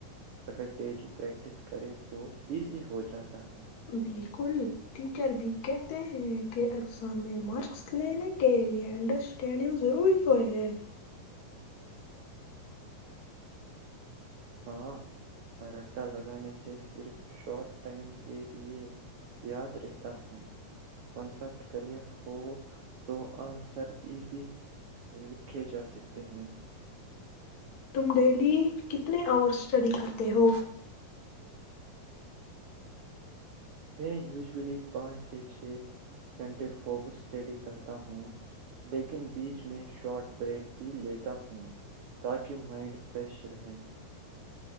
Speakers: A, on the right; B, on the left.
A: اگر ڈیلی پریکٹس کرے تو ایزی ہو جاتا ہے
B: بالکل ٹیچر بھی کہتے ہیں کہ اگزام میں مارکس لینے کے لئے انڈرسٹینڈنگ ضروری ہو ہے
A: ہاں رٹا لگانے سے صرف شارٹ ٹائم کے لیے یاد رہتا ہے کنسپٹ کلیئر ہو تو آنسر ایزی لکھے جا سکتے ہیں
B: تم ڈیلی کتنے آور اسٹڈی کرتے ہو
A: میں وژولی پانچ چھ گنٹے فوکس اسٹڈی کرتا ہوں لیکن بیچ میں شاٹ بریک بھی لیتا ہوں تاکہ مائنڈ فریش رہے